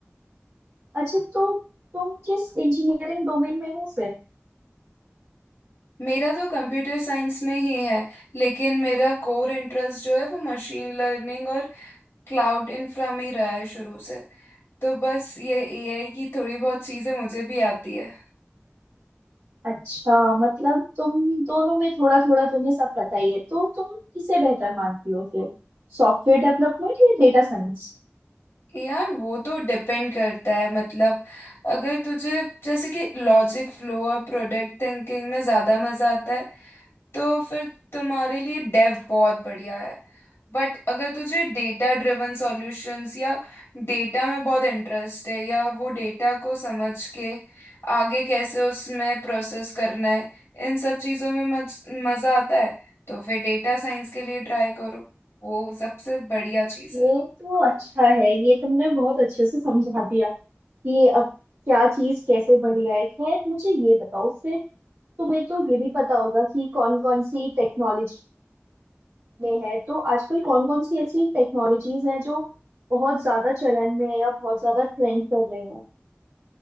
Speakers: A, on the right; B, on the left.
A: अच्छा तो तुम किस इंजीनियरिंग डोमेन में हो फिर
B: मेरा तो कंप्यूटर साइंस में ही है लेकिन मेरा कोर इंटरेस्ट जो है वो मशीन लर्निंग और क्लाउड इंफ्रा में ही रहा है शुरू से तो बस ये एआई की थोड़ी बहुत चीजें मुझे भी आती है
A: अच्छा मतलब तुम दोनों में थोड़ा थोड़ा तुम्हें सब पता ही है तो तुम किसे बेहतर मानती हो फिर सॉफ्टवेयर डेवलपमेंट या डेटा साइंस
B: यार वो तो डिपेंड करता है मतलब अगर तुझे जैसे कि लॉजिक फ्लो और प्रोडक्ट थिंकिंग में ज्यादा मजा आता है तो फिर तुम्हारे लिए डेव बहुत बढ़िया है बट अगर तुझे डेटा ड्रिवन सॉल्यूशंस या डेटा में बहुत इंटरेस्ट है या वो डेटा को समझ के आगे कैसे उसमें प्रोसेस करना है इन सब चीजों में मज, मजा आता है तो फिर डेटा साइंस के लिए ट्राई करो वो सबसे बढ़िया चीज़
A: ये
B: है
A: तो अच्छा है ये तुमने बहुत अच्छे से समझा दिया कि अब क्या चीज कैसे बढ़िया है खैर मुझे ये बताओ फिर तुम्हें तो ये भी पता होगा कि कौन कौन सी टेक्नोलॉजी में है तो आजकल कौन कौन सी ऐसी टेक्नोलॉजीज हैं जो बहुत ज्यादा चलन में है या बहुत ज्यादा ट्रेंड कर रही हैं